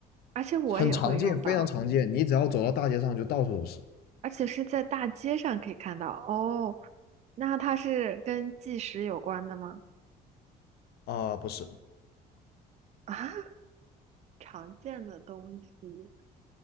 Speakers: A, on the right; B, on the left.
A: 而且我也会用到，
B: 很常见，非常常见。你只要走到大街上，就到处都是。
A: 而且是在大街上可以看到。哦，那它是跟计时有关的吗？
B: 啊、呃不是
A: <laughs> 啊，常见的东西，